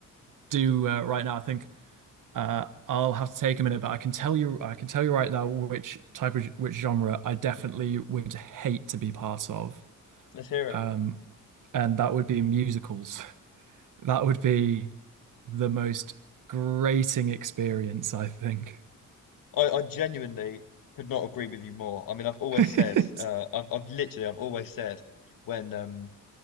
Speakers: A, on the right (about 70°); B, on the left (about 80°).
A: do uh, right now. I think uh, I'll have to take a minute, but I can tell you, I can tell you right now which type of which genre I definitely would hate to be part of,
B: Let's hear it.
A: um, and that would be musicals. That would be the most grating experience, I think.
B: I, I genuinely could not agree with you more. I mean, I've always
A: <laughs>
B: said, uh, I've, I've literally, I've always said when um,